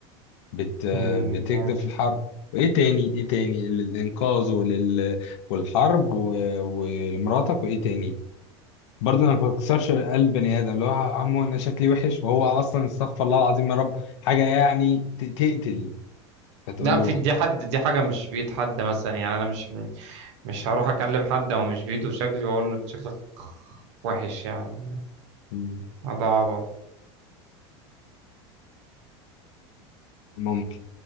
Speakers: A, on the left; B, on the right.
A: بت
B: أمم،
A: بتكده
B: ممكن
A: في الحرب وايه تاني ايه تاني الانقاذ ولل... والحرب و... ولمراتك وايه تاني برضه انا ما بكسرش قلب بني ادم اللي هو عمو انا شكلي وحش وهو اصلا استغفر الله العظيم يا رب حاجه يعني ت... تقتل فتقول
B: لا
A: له
B: في دي حد دي حاجه مش بيد حد مثلا يعني انا مش مش هروح اكلم حد هو مش بيده شكلي واقول له أنت شكلك وحش يعني
A: "مم،
B: هذا عبط
A: ممكن